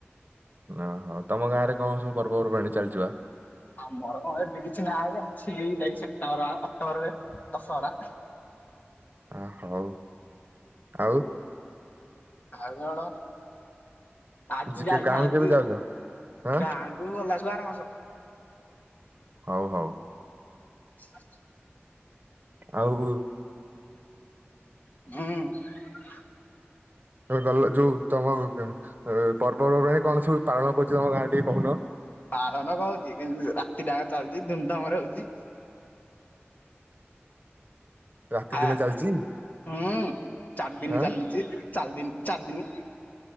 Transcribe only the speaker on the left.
ଆମର କ ଏବେ କିଛି ନାହିଁ ଅଛି ଯାଇ। ଅକ୍ଟୋବରରେ ଦଶହରା।
ଆଉ କଣ। ଆଜି
ଯାଇଥାନ୍ତି
ଗାକୁ ଗଲାବେଲୁ ଆର ମାସ।
ଆ
ହୁଁ।
ପାଳନ କଣ ହଉଚି କିନ୍ତୁ ରାତିଟାଙ୍କ ଚାଲୁଚି ଧୁମ୍ ଧାମ୍ ରେ ହଉଛି।
ଆ
ହୁଁ। ଚାରି ଦିନି
ଚାଲିଛି। ଚାରି ଦିନ ଚାର ଦିନ